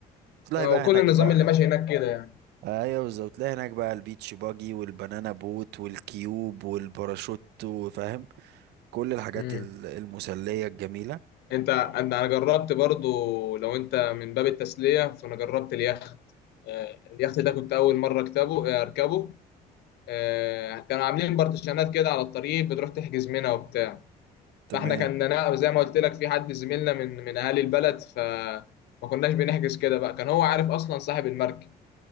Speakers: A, on the right; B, on the left.
A: تلاقي
B: اه
A: بقى
B: وكل
A: هناك
B: النظام
A: بقى
B: اللي ماشي هناك كده يعني
A: ايوه بالظبط تلاقي هناك بقى البيتش باجي والبنانا بوت والكيوب والباراشوت وفاهم كل الحاجات
B: امم
A: ال- المسليه الجميله
B: انت انا أنا جربت برضو لو انت من باب التسليه فانا جربت اليخت آه، اليخت ده كنت اول مره اكتبه اركبه آه، كانوا عاملين بارتيشنات كده على الطريق بتروح تحجز منها وبتاع
A: تمام
B: فاحنا كان انا زي ما قلت لك في حد زميلنا من من اهالي البلد فما كناش بنحجز كده بقى كان هو عارف اصلا صاحب المركب